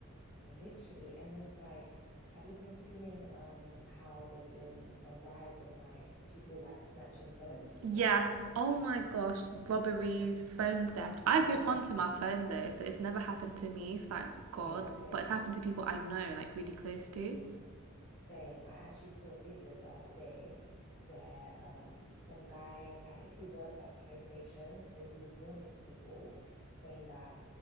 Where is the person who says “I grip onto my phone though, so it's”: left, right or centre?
Right